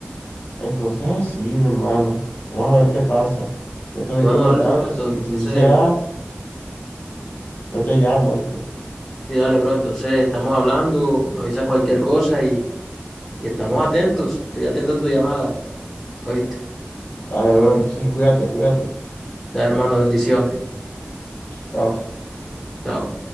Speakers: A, on the left; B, in the centre.
A: entonces así, mi hermano. Vamos a ver qué pasa. Yo te voy
B: Bueno,
A: comentando,
B: dale, bro, entonces
A: si, si si se da, yo te llamo, ¿viste?
B: Sí, dale, bro. Entonces estamos hablando, me avisas cualquier cosa y, y estamos atentos. Estoy atento a tu llamada. ¿Oíste?
A: Dale, bro, entonces cuídate, cuídate.
B: Da, hermano, bendiciones.
A: Chao.
B: Chao.